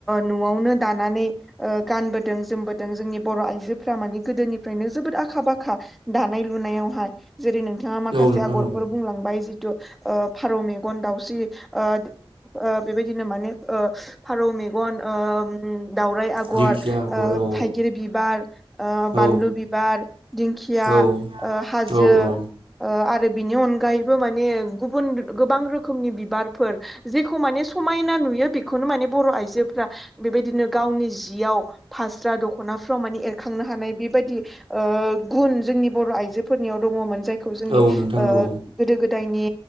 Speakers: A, in the centre; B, on the right (about 70°).
A: न'वावनो दानानै गानबोदों जोमबोदों जोंनि बर' आइजोफ्रा माने गोदोनिफ्रायनो जोबोद आखा फाखा दानाय लुनायावहाय जेरै नोंथाङा माखासे
B: औ नोंथां
A: आगरफोर
B: औ
A: बुंलांबाय जिथु ओ फारौ मेगन दाउसि ओ ओ बेबायदिनो माने ओ फारौ मेगन अ दावराय आगर
B: दिंखिया आगर
A: ओ
B: औ
A: थाइगिर बिबार ओ
B: औ
A: बानलु बिबार दिंखिया
B: औ
A: हाजो
B: औ औ
A: ओ आरो बिनि अनगायैबो माने गुबन गोबां रोखोमनि बिबारफोर जेखौ माने समायना नुयो बेखौनो माने बर' आइजोफ्रा बेबायदिनो गावनि जियाव फास्रा दख'नाफ्राव माने एरखांनो हानाय बेबायदि ओ गुन जोंनि बर' आइजोफोरनियाव दङमोन जाय यखौ जोंनि
B: औ नोंथां
A: ओ
B: औ
A: गोदो-गोदायनि